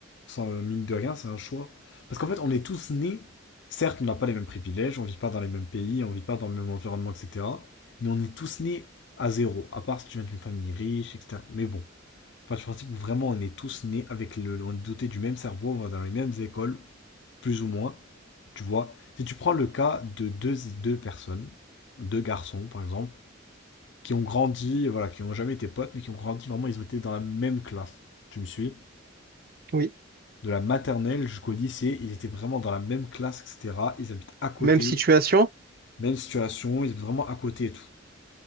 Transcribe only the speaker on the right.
Oui.
Même situation,